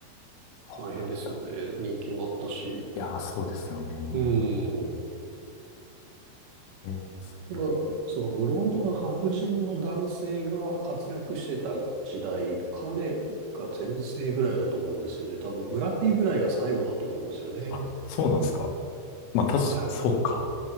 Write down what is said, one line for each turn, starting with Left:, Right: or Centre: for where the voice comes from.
Left: そうなんだ。
Right: 大変ですよね。人気もあったし。
Left: いやー、そうですよね。
Right: うん。
Left: ええそうなん
Right: いやそのブロンドの白人の男性が活躍してた時代、彼が全盛ぐらいだと思うんですよね。多分、ブラピぐらいが最後だと思うんですよね。
Left: あ、そうなんですか。まあ、確か、
Right: はい。
Left: そうか。